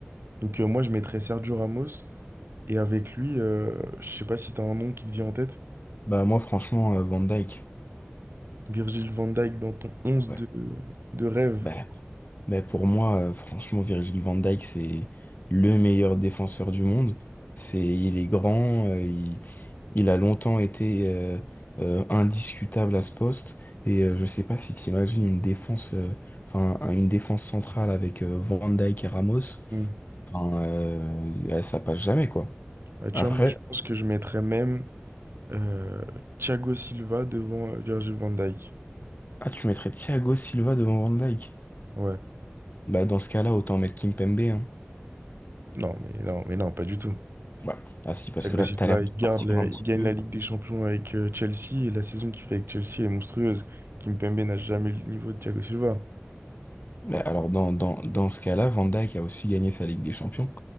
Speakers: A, on the right; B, on the left.
A: Donc euh, moi je mettrais Sergio Ramos et avec lui, euh, je sais pas si t'as un nom qui te vient en tête,
B: Bah, moi, franchement, euh, Van Dyke.
A: Virgil van Dijk dans ton onze
B: Ouais.
A: de, de rêve.
B: bah, Mais pour moi, euh, franchement, Virgil van Dijk, c'est le meilleur défenseur du monde. C'est, il est grand, euh, il, il a longtemps été euh, euh, indiscutable à ce poste. Et euh, je sais pas si t'imagines une défense, euh, enfin un- une défense centrale avec euh, Van Dijk et Ramos.
A: Hmm.
B: Enfin, euh, euh, ça passe jamais quoi.
A: Bah, tu
B: Après,
A: vois, moi je pense que je mettrais même euh, Thiago Silva devant euh, Virgil van Dijk.
B: ah tu mettrais Thiago Silva devant Van Dijk.
A: Ouais.
B: Bah dans ce cas-là, autant mettre Kimpembe. Hein.
A: Non, mais non, mais non, pas du tout.
B: Ouais. Ah si, parce
A: Thiago
B: que là,
A: Silva,
B: t'as l'air
A: il
B: de
A: garde
B: partir
A: la-
B: un
A: il
B: petit
A: gagne
B: peu.
A: la Ligue des Champions avec euh, Chelsea et la saison qu'il fait avec Chelsea est monstrueuse. Kimpembe n'a jamais le niveau de Thiago Silva.
B: Mais alors, dans, dans, dans ce cas-là, Van Dijk a aussi gagné sa Ligue des Champions.